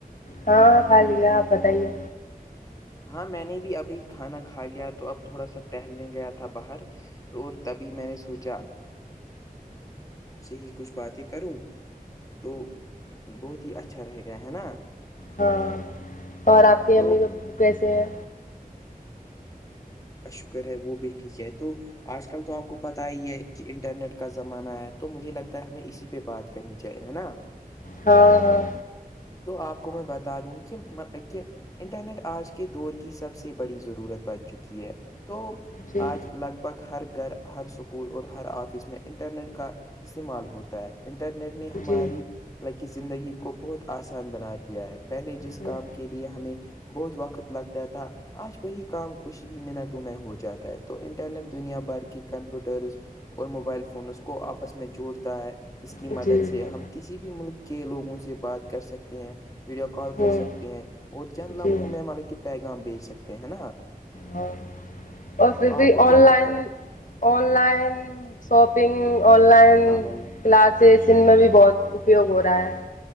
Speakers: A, on the left; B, on the left.
A: ہاں خالیا آپ بتائیے
B: ہاں میں نے بھی ابھی کھانا کھا لیا تو اب تھوڑا سا ٹہلنے گیا تھا باہر تو تبھی میں نے سوچا سے ہی کچھ باتیں کروں تو بہت ہی اچھا رہے گا ہے نا
A: ہاں اور آپ کے
B: تو
A: امی پو کیسے ہیں
B: کا شکر ہے وہ بھی ٹھیک ہے تو آج کل تو آپ کو پتا ہی ہے کہ انٹرنیٹ کا زمانہ ہے تو مجھے لگتا ہے ہمیں اسی پہ بات ہے کرنی چاہیے ہے نا
A: ہاں ہاں
B: تو آپ کو میں بتا دوں کہ کہ انٹرنیٹ آج کے دور کی سب سے بڑی ضرورت بن چکی ہے تو
A: جی
B: آج لگ بھگ ہر گھر ہر سکول اور ہر آفس میں انٹرنیٹ کا استعمال ہوتا ہے انٹرنیٹ نے ہماری
A: جی
B: لک زندگی کو بہت آسان بنا دیا ہے پہلے جس کام
A: ہوں
B: کے لیے ہمیں بہت وقت لگتا تھا آج وہی کام کچھ ہی منٹوں میں ہو جاتا ہے تو انٹرنیٹ دنیا بھر کے کمپیوٹرز اور موبائل فون اس کو آپس میں جوڑتا ہے اس کی
A: جی
B: مدد
A: جی
B: سے ہم کسی بھی ملک کے لوگوں سے بات کر سکتے ہیں ویڈیو کال کر
A: ہوں
B: سکتے ہیں اور چند لمحوں
A: جی
B: میں مطلب کہ پیغام بیچ سکتے ہیں نا
A: ہاں اور پھر
B: تو
A: بھی
B: آپ کو
A: آن
B: کیا لگتا
A: لائن
B: ہے
A: online shopping online
B: ہاں بھائی
A: کلاس میں بھی بہت اپیوگ ہو رہا ہے